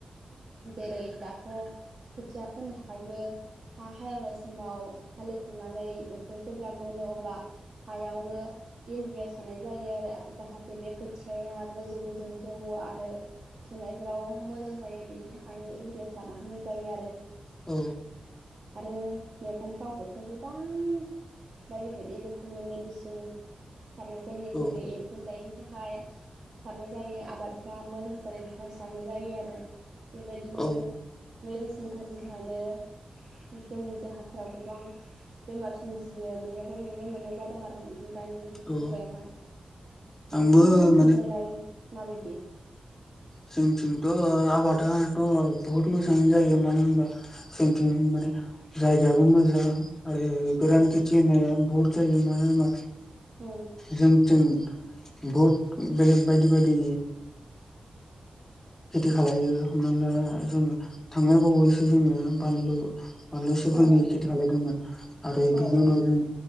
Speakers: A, on the right (about 50°); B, on the left (about 20°).
A: जेरै दाथ' खोथिया फोनो थाखायबो हा हालेवनाय समाव हालेवखांनानै बेखौ जेब्ला मोनो अब्ला हायावनो इउरिया सानाय जायो आरो जाहाथे बे खोथियाया गोजौ गोजौ जौवो आरो फुनायफोराव मोजां जायो बिनि थाखायनो इउरिया सारना होनाय जायो आरो
B: औ
A: आरो मैगंफ्रावबोथ' गोबां बायदि बायदि रोखोमनि मेडिसिन सारनाय जायो
B: औ
A: जेरै एम्फौ जायैनि थाखाय सारनाय जायो आबादफ्रा मोजां जानायनि थाखाय सारनाय जायो आरो बेबायदिनो
B: औ
A: मेडिसिनफोरनि थाखायनो जोंनि देहाफ्राव गोबां बेमार सोमजियो बेफोरखौ नुनो मोननाय जादों आरो नोंथां दानि
B: औ
A: मुगायावहाय
B: आंबो
A: नोंथांमोननिथिनजनायलाय
B: माने
A: माबायदि
B: जोंथिंथ' आबाटाथ' बहुत मोसाङानो जायो मानो होनबा सोंथिं माने जायगायाबो मोजां आरो गोरान
A: औ
B: खेथि होना बहुत जायो मानो होनबा
A: औ
B: जोंनीथि बहद बेलेग बायदि बायदि खेथि खालामायो हमना ला जोङो थांनाय बावैसो जोङो बानलु बानलु सिब्रनि
A: औ औ
B: खेथि खालायदोंमोन आरो
A: औ
B: बिनि
A: औ
B: उनाव जों